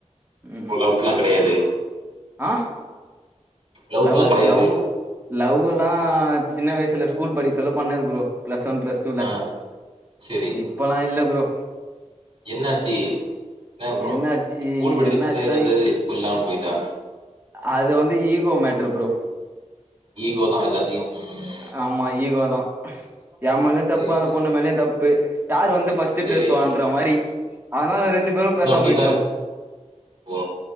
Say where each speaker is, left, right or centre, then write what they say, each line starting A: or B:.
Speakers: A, on the right; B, on the right.
A: ம்
B: ஓ
A: ம்
B: லவ்ஸ்லா கெடையாது
A: ஆ
B: லவ்ஸ்லா
A: லவ்
B: கெடையாது
A: லவ் லவ் எல்லா சின்ன வயசல ஸ்கூல் படிக்க சொல்ல பண்ணது bro plus one plus two ல
B: ஆ செரி
A: இப்பளா இல்ல ப்ரோ
B: என்னாச்சு என்ன ப்ரோ
A: என்னாச்சி
B: ஸ்கூல் படிக்கச்சல
A: என்ன ஆச்சினா
B: இருந்தது இப்ப இல்லாம போயிட்டா
A: அது வந்து ஈகோ மேட்ரு ப்ரோ
B: ஈகோ தா எல்லாத்தையு ம்
A: ஆ மா ஈகோ தா ஏம்மேலயு தப்பு
B: சரியா
A: அந்த
B: போச்சு
A: பொண்ணு மேலேயு தப்பு யாரு வந்து ஃபஸ்ட் த்தி
B: சரி
A: பேசுவான்ற
B: இன்னு
A: மாரி அதனால ரெண்டு பேரு பேசாம
B: அப்டிதா
A: விட்டோ
B: இருக்கு ஓ